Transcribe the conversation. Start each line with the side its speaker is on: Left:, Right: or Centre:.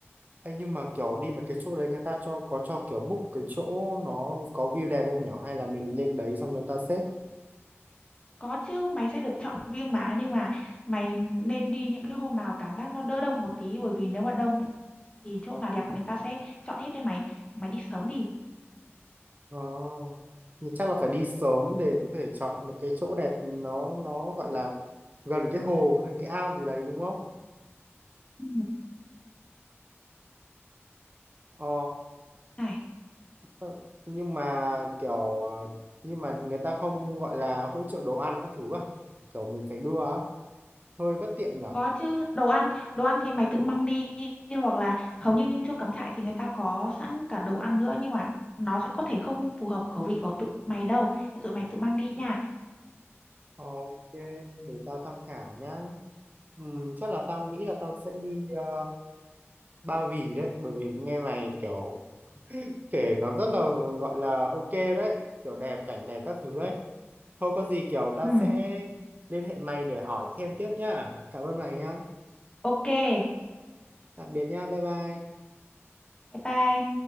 Right: Ê, nhưng mà kiểu đi mà cái chỗ đấy người ta cho có cho kiểu book cái chỗ nó có view đẹp không nhở hay là mình lên đấy xong người ta xếp
Left: có chứ mày sẽ được chọn view mà nhưng mà mày nên đi những cái hôm nào cảm giác nó đỡ đông một tí bởi vì nếu mà đông thì, thì chỗ nào đẹp người ta sẽ chọn hết đấy mày mày đi sớm đi
Right: Ờ. Nhưng chắc là phải đi sớm để có thể chọn được cái chỗ đẹp nó nó gọi là gần cái hồ hay cái ao gì đấy đúng không
Left: Ừ.
Right: Ờ
Left: Này,
Right: Ờ, nhưng mà kiểu ờ, nhưng mà người ta không gọi là hỗ trợ đồ ăn các thứ à kiểu mình phải đưa á hơi bất tiện nhở
Left: có chứ đồ ăn đồ ăn thì mày tự mang đi hoặc là hầu như những chỗ cắm trại thì người ta có sẵn cả đồ ăn nữa nhưng mà nó sẽ có thể không phù hợp khẩu vị của tụi mày đâu Thế tụi mày tự mang đi nha
Right: Ờ, ok để tao tham khảo nhá Ừm, chắc là tao nghĩ là tao sẽ đi ờ, Ba Vì đấy bởi vì nghe mày kiểu kể nó rất là gọi là ok đấy kiểu đẹp cảnh đẹp các thứ ấy thôi có gì kiểu tao
Left: ừ
Right: sẽ liên hệ mày để hỏi thêm tiếp nhá cảm ơn mày nhá
Left: ok bye
Right: tạm biệt nhá bye bye
Left: bye